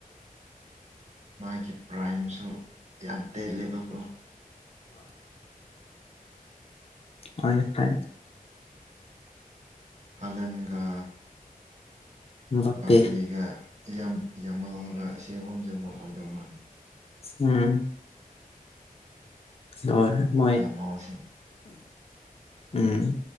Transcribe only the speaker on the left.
ꯍꯣꯏ ꯐ
ꯕꯄꯦ
ꯎꯝ ꯍ ꯃꯣꯏ
ꯎꯝ